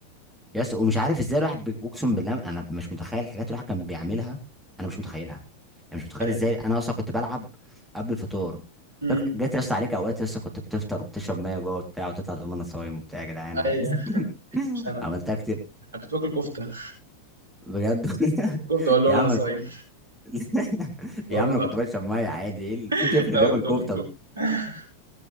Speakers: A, in the centre; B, on the right (about 65°).
A: يا اسطى ومش عارف ازاي الواحد بي- اقسم بالله انا مش متخيل الحاجات اللي الواحد كان بيعملها انا مش متخيلها يعني مش متخيل
B: ايوه
A: ازاي انا اصلا كنت بلعب قبل الفطار
B: امم
A: فاكر جت يا اسطى عليك اوقات يا اسطى كنت بتفطر وبتشرب ميه جوه وبتاع وتطلع تقول انا صايم وبتاع يا جدعان عادي
B: ايوه <laughs>
A: <laughs>
B: مش انا
A: عملتها كتير
B: انا كنت باكل كفته
A: بجد <laughs>
B: كفته اقول لهم
A: يا
B: انا
A: عم
B: صايم
A: <laughs>
B: والله
A: يا عم انا كنت بشرب ميه عادي ايه اللي-
B: <laughs>
A: في طفل
B: لا
A: بياكل
B: كنت
A: كفته
B: باكل كفته <laughs>